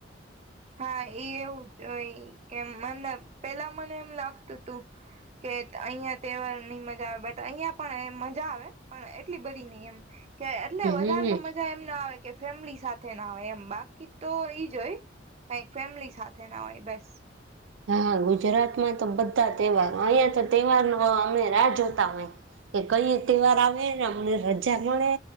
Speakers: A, on the right (about 35°); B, on the right (about 85°).
A: હા એવું જોય કેમ મને પેલા મને એમ લાગતું તું કે અહિયાં તહેવાર ની મજા આવે બટ અહિયાં પણ એ મજા આવે પણ એટલી બધી ની એમ. કે એટલે
B: હમ
A: વધારે તો મજા એમ ના આવે કે ફેમિલી સાથે ના આવેય એમ બાકી તો ઈજ હોય. કઈક ફેમિલી સાથે ના હોય બસ.
B: હા ગુજરાતમાં તો બધા તહેવાર અહિયાં તો તહેવાર નો અમે રાહ જોતા હોય. કે કઈ તહેવાર આવે ને અમને રજા મળે.